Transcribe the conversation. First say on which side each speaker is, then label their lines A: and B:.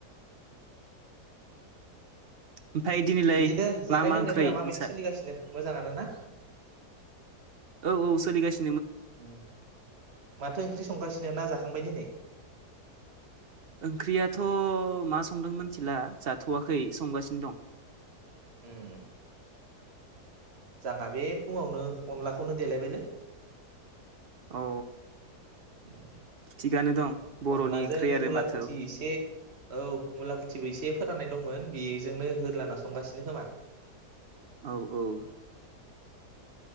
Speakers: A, on the right; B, on the right.
A: ओमफाय दिनैलाय
B: बिदिनो जानाय
A: मा मा
B: लोंनायफोरा
A: ओंख्रै
B: माबायदि
A: नोंसा?
B: सोलिगासिनो मोजाङानो ना?
A: औ औ सोलिगासिन
B: उम माथो ओंख्रि संगासिनो ना जाखां बाय दिनै
A: ओंख्रियाथ मा संदों मिथिला जाथवाखै संगासिनो दं
B: उम जाना बे फुङावनो अनलाखौनो देलायबायलै
A: औ
B: <inaudible>
A: थिगआनो दं बर'नि
B: अनलाजों
A: ओंख्रि आरो
B: मुला
A: माथो
B: खुथि इसे औ मुलाखुथिबो एसे फोराननाय दंमोन बेजोंनो होदलाना संगासिनो खोमा ।
A: औ औ